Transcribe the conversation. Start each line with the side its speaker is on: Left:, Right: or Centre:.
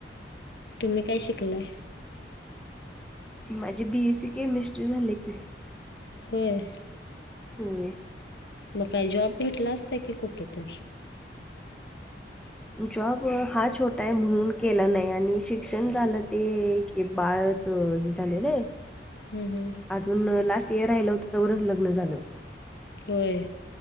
Left: तुम्हीं कायं शिकलांय
Centre: माझी बीएससी केमिस्ट्री झाले की
Left: होयं
Centre: होयं
Left: मंग कायं जॉब भेटलां असतां की कुठं तरी
Centre: जॉब हां छोटा आहे म्हणूंन केलां नाहीं आणि शिक्षणं झालं ते हे बाळंच हे झाले नान
Left: हम्मं हम्मं
Centre: अजूंन लास्ट इयंर राहिलं होतं तवरचं लग्नं झालं.
Left: होयं